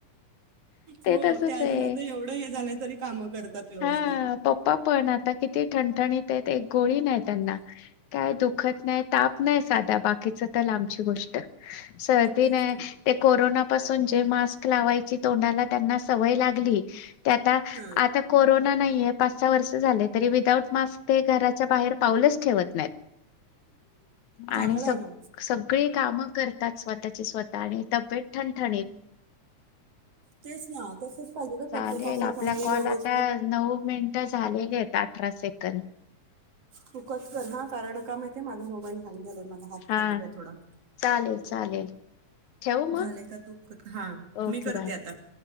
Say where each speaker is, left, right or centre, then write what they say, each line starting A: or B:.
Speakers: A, on the right (about 55°); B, on the left (about 75°).
A: हो
B: तसच
A: ते अजून
B: आहे.
A: आता एवड हे झालंय तरी काम करतात व्यवस्थित
B: हा पप्पा पण आता किती ठणठणीतएत एक गोळी नाय तेना काय दुखत नाय ताप नाय साधा बाकीचा तर लांबची गोष्ट सरदी
A: तेच
B: नाय
A: ना
B: ते कोरोना पासुन जे मास्क लावायचे तोंडाला तेंना सवय लागली ते आता
A: हा
B: आता प कोरोना नाइये पाच सहा वर्ष झाले तरी विदाऊट मास्क ते घराच्या बाहेर पाऊलच ठेवत नाईत
A: चांगलं
B: आणि
A: आहे
B: सग
A: ना
B: सगळी काम करतात स्वता ची स्वता आणि तब्येत ठणठणीत
A: तेच ना तसच पाईजे ना
B: चालेल
A: तब्येत असेल
B: आपला
A: चांगली
B: कॉल
A: व्यवस्थ
B: आता नऊ मिनिटं झालेलीएत अठरा सेकंद
A: तु कट र हा कारण का माहितीये माझा मोबाईल हँग झालाय माझा हात
B: हा
A: खराबए थोडा
B: चालेल चालेल ठेवू मग
A: झालेय का तुप कट हा
B: ओके
A: मी करते
B: बाय
A: आता